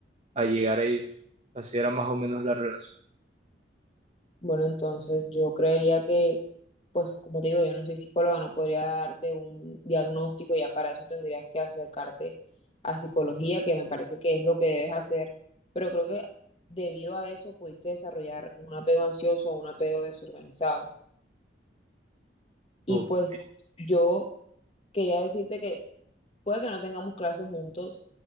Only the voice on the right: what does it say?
a llegar ellos. Así era más o menos la relación.
Ok.